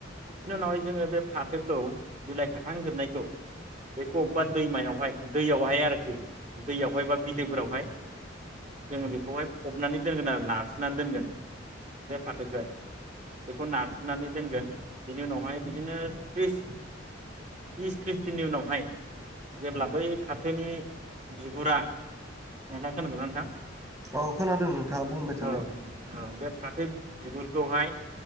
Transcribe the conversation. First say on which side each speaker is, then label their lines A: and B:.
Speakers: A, on the right; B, on the right.
A: बिनि उनावहाय जोङो बे फाथोखौ बिलाइ थाखाखांजोबनायखौ। बेखौ अबेबा दैमायावहाय। दैयावहाय आरोखि दैयावहाय बा बिलोफोरावहाय जोङो बेखौहाय फबनानै दोनगोन आरो नारसोनानै दोनगोन बे फाथोखौहाय बेखौ नारसोनानै दोनगोन बेनि उनावहाय बिदिनो थ्रिस बिस थ्रिस दिननि उनावहाय जेब्ला बै फाथोनि बिगुरा नोंथां खोनादोंना नोंथां?
B: औ खोनादों नोंथां बुंबाय थानाय।
A: औ औ बे फाथो बिगुरखौहाय